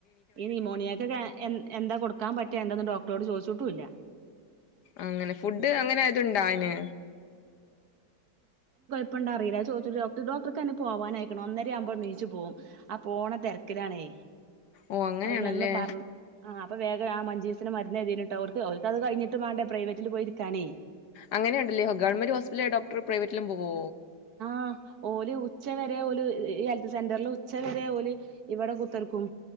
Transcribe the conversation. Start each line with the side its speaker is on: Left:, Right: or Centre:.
Right: ഈ നിയമോണിയക്ക എ എന്താ കൊടുക്കാൻ പറ്റാ എന്താന്ന് ഡോക്ടറോട് ചോദിച്ചിട്ടുംല്ല
Left: അങ്ങനെ ഫുഡ് അങ്ങനെ ആതുണ്ട അന്
Right: ഇപ്പണ്ട അറിയില്ല ചോദിച്ച ഡോട ഡോക്ടർക്ക് തന്നെ പോവാനൻയിക്കണം അന്നേം ആവുമ്പോൾ നീച്ചു പോവും ആ പോണ തിരക്കിലാണേ
Left: ഓഹ് അങ്ങനെയാണല്ലേ
Right: അപ്പൊ പിന്നെ അന്ന് പറഞ്ഞു ആ അപ്പൊ വേഗം ആ മ ജീവസന് മരന്ന് എഴതിട്ട് അവർക്ക് അവർക്കത് കഴിട്ട് വേണ്ട പ്രൈറ്റിൽ പോയിരിക്കാനേ
Left: അങ്ങനെയ ഉണ്ടല്ലേോ ഗവൺമെന്റ് ഹോസ്പിറ്റല ഡോക്ടർ പ്രൈവറ്റിലും പോവോ
Right: ആ ഓല ഉച്ചവരെ ഓല ഹെൽത്ത് സെന്ററിൽ ഉച്ച വരെ ഓല ഇവിടെ കുത്തിർക്കും